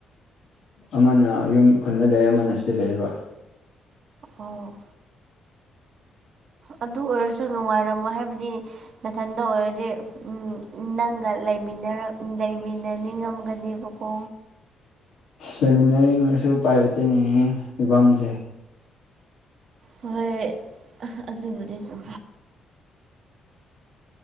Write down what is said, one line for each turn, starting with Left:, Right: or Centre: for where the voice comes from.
Left: ꯑꯃꯅ ꯌꯨꯝ ꯈꯨꯟꯗ ꯂꯩꯔ ꯑꯃꯅ ꯁꯤꯗ ꯂꯩꯌꯦꯕ
Right: ꯑꯣ ꯑꯗꯨ ꯑꯣꯏꯔꯁꯨ ꯅꯨꯡꯉꯥꯏꯔꯝꯃꯣꯏ ꯍꯥꯏꯕꯗꯤ ꯃꯊꯟꯇ ꯑꯣꯏꯔꯗꯤ ꯅꯪꯒ ꯂꯩꯃꯤꯟꯅꯔ ꯂꯩꯃꯤꯟꯅꯅꯤꯡꯉꯝꯒꯅꯤꯕꯀꯣ
Left: ꯂꯩꯃꯤꯟꯅꯅꯤꯡꯉꯁꯨ ꯎꯄꯥꯏ ꯂꯩꯇꯅꯤꯡꯉꯦ ꯐꯤꯕꯝꯁꯦ
Right: ꯍꯣꯏ ꯑꯗꯨꯕꯨꯗꯤ ꯆ